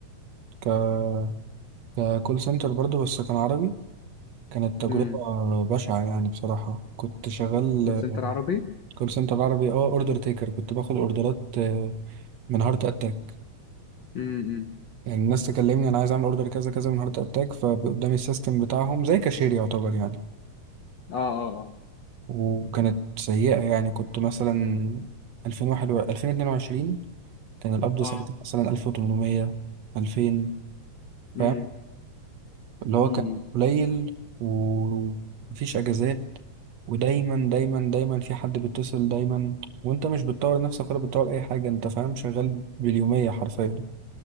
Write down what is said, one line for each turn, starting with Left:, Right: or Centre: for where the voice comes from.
Right: ك ككول سنتر برضو بس كان عربي كانت تجربة
Left: امم
Right: بشعة يعني بصراحة كنت شغال
Left: كول سنتر عربي
Right: كول سنتر عربي اه اوردر تيكر كنت باخد اوردرات آه، من هارت اتاك
Left: امم امم.
Right: يعني الناس تكلمني انا عايز اعمل اوردر كذا كذا من هارت اتاك فقدامي السيستم بتاعهم زي كاشير يعتبر يعني
Left: اه اه اه
Right: وكانت سيئة يعني كنت مثلا 2021 2022 كان القبض
Left: اه
Right: ساعتها مثلا 1800 2000
Left: امم
Right: فاهم اللي هو
Left: امم
Right: كان
Left: امم.
Right: قليل ومفيش اجازات ودايما دايما دايما في حد بيتصل دايما وانت مش بتطور نفسك ولا بتطور اي حاجه انت فاهم شغال باليوميه حرفيا